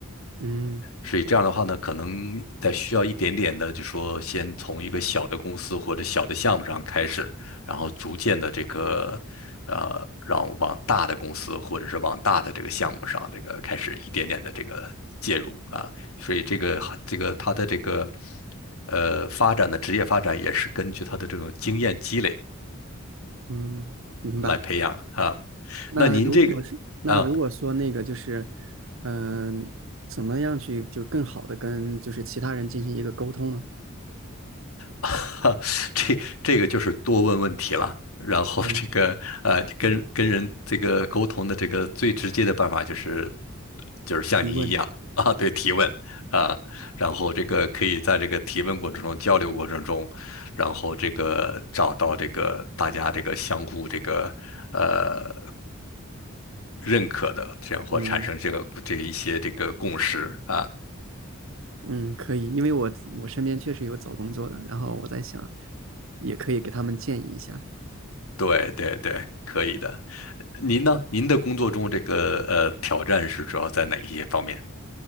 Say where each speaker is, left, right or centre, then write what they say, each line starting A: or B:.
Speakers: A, on the right; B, on the left.
A: 嗯
B: 所以这样的话呢，可能在需要一点点的，就说先从一个小的公司或者小的项目上开始，然后逐渐的这个，呃，让往大的公司或者是往大的这个项目上，这个开始一点点的这个介入啊。所以这个这个他的这个，呃，发展的职业发展也是根据他的这种经验积累
A: 嗯，明白。
B: 来培养的啊。
A: 那如果是那如果说那个就是，
B: 那您这个。啊。
A: 嗯、怎么样去就更好的跟就是其他人进行一个沟通呢？
B: <laughs> 这这个就是多问问题了。然后这个呃，
A: 嗯，
B: 跟跟人这个沟通的这个最直接的办法就是就是像您一样啊，
A: 提问。
B: 对，提问啊，然后这个可以在这个提问过程中、交流过程中，然后这个找到这个大家这个相互这个呃认可的这样或产生这个这一些这个共识啊。
A: 嗯。嗯，可以，因为我我身边确实有找工作的，然后我在想，也可以给他们建议一下。
B: 对对对，可以的。您呢？您的工作中这个呃挑战是主要在哪一些方面？